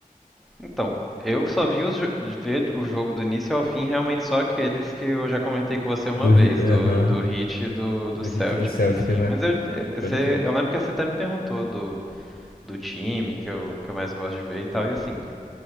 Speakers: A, in the centre; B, on the left (about 80°).
A: Então, eu só vi os jo- ver o jogo do início ao fim realmente só aqueles que eu já comentei com você uma
B: Do,
A: vez,
B: Hi- aham,
A: do, do Heat e do, do
B: do
A: Celtics,
B: Heat e do Celtics,
A: assim.
B: né?
A: Mas eu, eh, você,
B: Pode crer.
A: eu lembro que você até me perguntou do, do time que eu, que eu mais gosto de ver e tal, e assim,